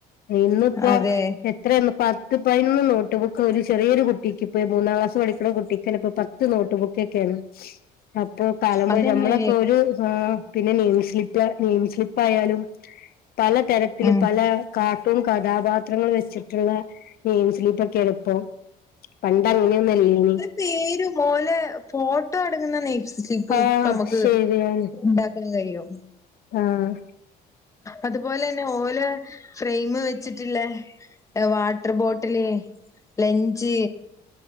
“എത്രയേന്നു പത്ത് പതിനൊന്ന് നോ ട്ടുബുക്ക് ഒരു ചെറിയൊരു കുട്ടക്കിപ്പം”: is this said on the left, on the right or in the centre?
Left